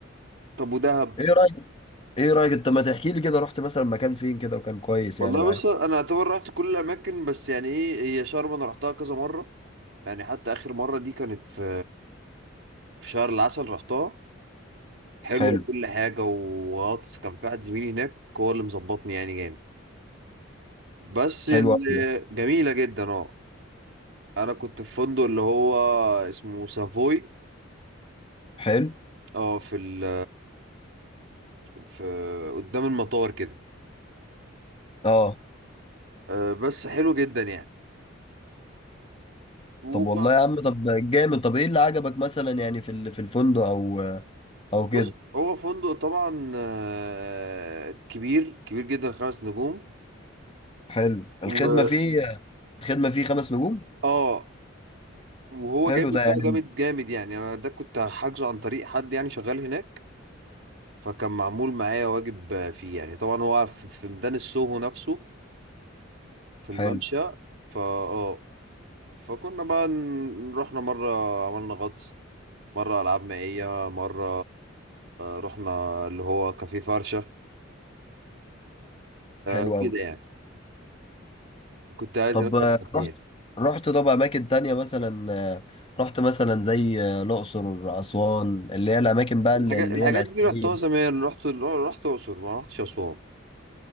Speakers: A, on the right; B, on the left.
A: طب ودهب
B: ايه رأيك ايه رأيك انت ما تحكي لي كده رحت مثلا مكان فين كده وكان كويس
A: والله
B: يعني معاك
A: بص انا اعتبر رحت كل الاماكن بس يعني ايه هي شرم انا رحتها كذا مره يعني حتى اخر مره دي كانت في في شهر العسل رحتها حلوه
B: حلو
A: كل حاجه وغطس كان في واحد زميلي هناك هو اللي مظبطني يعني جامد بس ال-
B: حلو أوي ده.
A: جميله جدا اه انا كنت في فندق اللي هو اسمه سافوي
B: حلو
A: اه في ال في قدام المطار كده
B: اه
A: آه، بس حلو جدا يعني
B: طب والله يا عم طب جامد طب ايه اللي عجبك مثلا يعني في ال- في الفندق او او
A: بص
B: كده
A: هو فندق طبعا آه، كبير كبير جدا خمس نجوم
B: حلو الخدمة
A: و
B: فيه الخدمة فيه خمس نجوم
A: اه وهو
B: حلو
A: جامد
B: ده
A: بقى
B: يعني
A: جامد جامد يعني انا ده كنت حاجزه عن طريق حد يعني شغال هناك فكان معمول معايا واجب آه، فيه يعني طبعا هو في في ميدان السوهو نفسه في الممشى
B: حلو
A: فا اه فكنا بقى ن- رحنا مرة عملنا غطس مرة ألعاب مائية مرة رحنا اللي هو كافيه فرشة آه،
B: حلو
A: كده
B: أوي
A: يعني كنت قاعد
B: طب
A: هناك
B: آه،
A: أربع أيام
B: رحت رحت طب أماكن تانية مثلا آه، رحت مثلا زي آه، الأقصر أسوان اللي هي الأماكن بقى
A: الحاجات
B: اللي اللي
A: الحاجات
B: هي الأثرية
A: دي رحتها
B: دي.
A: زمان رحت رحت الاقصر ما رحتش اسوان